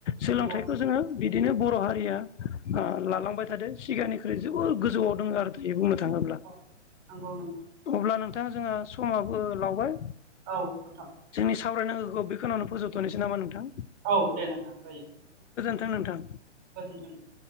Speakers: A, on the left (about 75°); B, on the right (about 25°).
A: सोलोंथाइखौ
B: नंगौ
A: जोङो‌ बिदिनो बर' हारिया उम‌ लालांबाय थादों सिगांनिख्रुइ जोबोद गोजौआव दङ आरो थायो बुंनो थ थाङोब्ला
B: औ नंगौ नंगौ
A: अब्ला नोंथा जोङो समाबो लावबाय
B: औ नोंथां
A: जोंनि सावरायनांगौखौ बे खिनावनो फोजोबथ'नोसै नामा नोंथां
B: औ दे नोंथां जायो
A: नोंथां नोंथां
B: गोजोन्थों